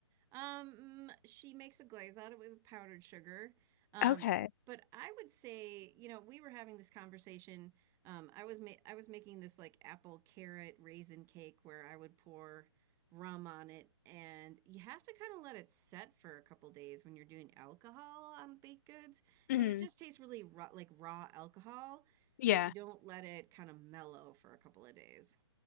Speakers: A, on the right; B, on the left.
A: Um, mm, she makes a glaze out of it with powdered sugar. Um,
B: Okay.
A: but I would say, you know, we were having this conversation. Um, I was ma- I was making this like apple carrot raisin cake where I would pour rum on it, and you have to kind of let it set for a couple days when you're doing alcohol on baked goods because
B: Mhm.
A: it just tastes really raw, like raw alcohol
B: Yeah.
A: if you don't let it kind of mellow for a couple of days.